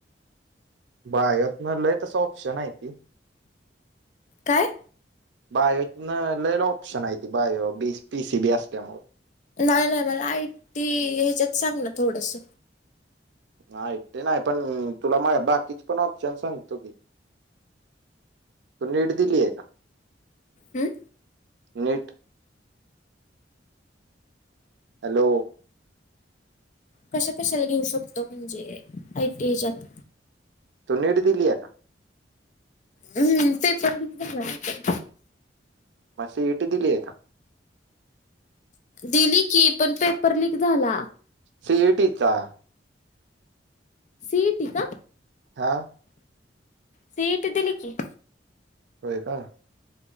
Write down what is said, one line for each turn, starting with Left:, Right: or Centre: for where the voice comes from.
Right: बायोतन लय तस ऑप्शन्स हायती.
Left: काय...
Right: बायोतन लय ऑप्शन हायती बायो पी सी बी असल्यामुळ.
Left: नाही नाय मला आयटी ह्याचात सांग ना थोडस.
Right: आयटी न्हाय पण तुला मग बाकीच पण ऑप्शन सांगतो. तू नेट दीलीये का?
Left: हं
Right: नीट हॅलो
Left: कशा कशाला घेऊ शकतो म्हणजे आयटी ह्याचात.
Right: तू नीट दिलीये का?
Left: हम्म पेपर लीक झाल असत.
Right: मग सी ई टी दिलीये का?
Left: दिली की पण पेपर लीक झाला.
Right: सी ई टी चा?
Left: सीईटी चा.
Right: हां
Left: सीईटी दिली की.
Right: होय का.